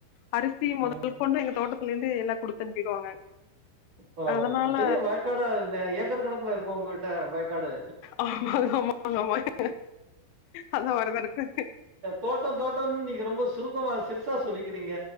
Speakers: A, on the left; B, on the right.
A: அரிசி மொதல்
B: ம்.
A: கொண்டு எங்க தோட்டத்துல இருந்து எல்லா குடுத்து அனுப்பிடுவாங்க
B: பரவால்லையே
A: அதனால
B: பெரிய வாயக்காடா என்ன ஏக்கர் கணக்குல இருக்கா உங்கிட்ட வயக்காடு
A: ஆமாங்க ஆமாங்க ஆமாங்க அதா வரதா இருக்கு
B: தோட்டோ தோட்டோனு நீங்க ரொம்ப சுருக்கமா சிறுசா சொல்லிக்கிறீங்க